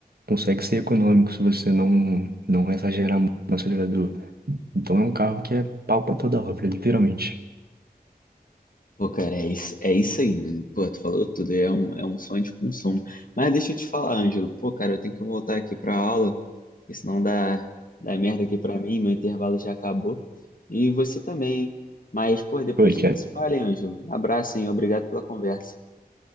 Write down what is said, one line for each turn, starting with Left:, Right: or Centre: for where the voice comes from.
Right: Consegue ser econômico se você não, não exagerar muito no acelerador. Então é um carro que é pau pra toda obra, literalmente.
Left: Pô, cara, é isso, é isso aí, mano. Pô, tu falou tudo, é um, é um sonho de consumo. Mas deixa eu te falar, Ângelo. Pô, cara, eu tenho que voltar aqui pra aula, porque senão dá, dá merda aqui pra mim, meu intervalo já acabou. E você também, hein? Mas, pô, depois
Right: Pô, Thiago,
Left: a gente se fala, hein, Ângelo. Abraço, hein? Obrigado pela conversa.